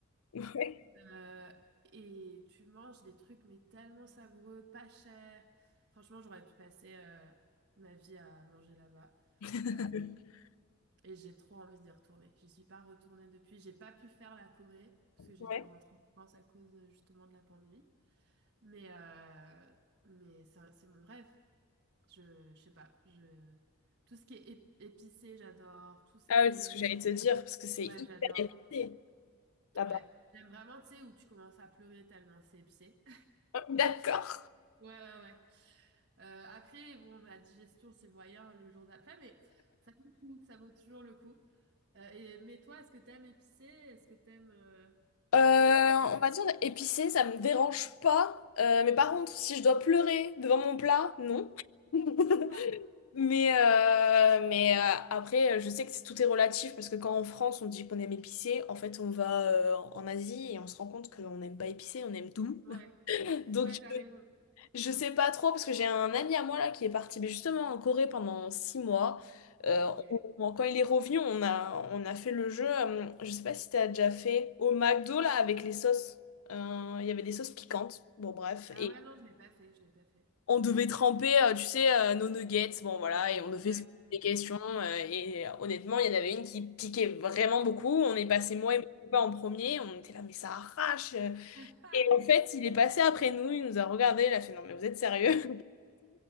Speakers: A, on the left; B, on the right.
A: Ouais.
B: Euh, et tu manges des trucs mais tellement savoureux, pas cher. Franchement, j'aurais pu passer euh, ma vie à manger là-bas.
A: <laughs>
B: Euh, et j'ai trop envie d'y retourner. J'y suis pas retournée depuis. J'ai pas pu faire la Corée parce que j'ai
A: Ouais.
B: dû rentrer en France à cause euh, justement de la pandémie. Mais euh, mais c'est c'est mon rêve. Je, je sais pas. Je tout ce qui est ép- épicé, j'adore. Tout ce
A: Ah
B: qui
A: ouais, c'est
B: est
A: ce que j'allais te dire, parce que c'est
B: ouais,
A: hyper
B: j'adore.
A: épicé là-bas.
B: Ouais, j'aime vraiment, tu sais, où tu commences à pleurer tellement c'est épicé.
A: <laughs> D'accord.
B: Ouais, ouais, ouais. Euh, après, bon, ma digestion, c'est moyen le jour d'après, mais ça vaut le coup, ça vaut toujours le coup. Euh, et, mais toi, est-ce que t'aimes épicé? Est-ce que t'aimes... euh,
A: Euh,
B: la- la- la-
A: on va dire épicé, ça me dérange pas. Euh, mais par contre, si je dois pleurer devant mon plat, non. <laughs>
B: Ah,
A: Mais, euh, mais euh, après, je sais que c'est- tout est relatif parce que quand en France on dit qu'on aime épicé, en fait on va euh, en Asie et on se rend compte qu'on n'aime pas épicé, on aime
B: <laughs>
A: tout.
B: ouais,
A: <laughs> Donc
B: ouais, t'as raison.
A: Je sais pas trop parce que j'ai un ami à moi là qui est parti mais justement en Corée pendant six mois. Euh,
B: Ok.
A: on- quand il est revenu, on a, on a fait le jeu. euh, je sais pas si t'as déjà fait au McDo là avec les sauces. Euh, Il y avait des sauces piquantes. Bon bref
B: Ah
A: et
B: ouais, non, je l'ai pas fait, je l'ai pas fait.
A: on devait tremper, euh, tu sais, euh, nos nuggets. Bon voilà et on devait
B: Ouais.
A: se poser des questions euh, et euh, honnêtement il y en avait une qui piquait vraiment beaucoup. On est passé moi et mon copain en premier. On était là mais ça arrache. euh.
B: <laughs>
A: Et en fait il est passé après nous, il nous a regardé, il a fait non mais vous êtes sérieux?